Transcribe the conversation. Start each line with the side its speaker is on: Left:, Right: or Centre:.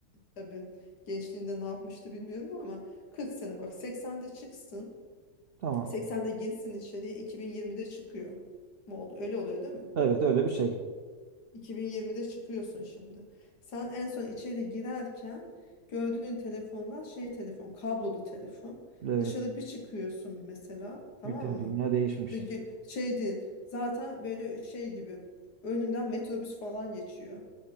Left: Tabii gençliğinde ne yapmıştı bilmiyorum ama 40 sene bak 80'de çıksın.
Right: Tamam.
Left: 80'de girsin içeriye 2020'de çıkıyor. Mu oldu? Öyle oluyor değil mi?
Right: Evet, öyle bir şey.
Left: 2020'de çıkıyorsun şimdi. Sen en son içeri girerken gördüğün telefonlar şey telefon, kablolu telefon.
Right: Evet.
Left: Dışarı bir çıkıyorsun mesela, tamam
Right: Bütün
Left: mı?
Right: dünya değişmiş.
Left: De- ki- Şey değil. Zaten böyle şey gibi. Önünden metrobüs falan geçiyor.